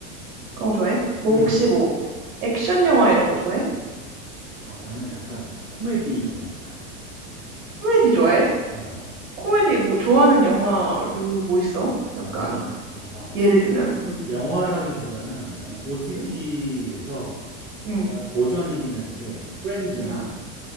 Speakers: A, on the right; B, on the right.
A: 그런 거 좋아해? 뭐
B: 음,
A: 혹시 뭐 액션 영화 이런 거 좋아해?
B: 아, 나는 약간 코미디 이런 거 좋아해.
A: 코미디 좋아해?
B: 어,
A: 코미디 뭐 좋아하는 영화류 뭐 있어? 약간
B: 영화, 영화.
A: 예를 들면 음,
B: 영화라기보다는 나는 OTT에서
A: 음, 음,
B: 고전이긴 한데, 프렌즈나
A: 음.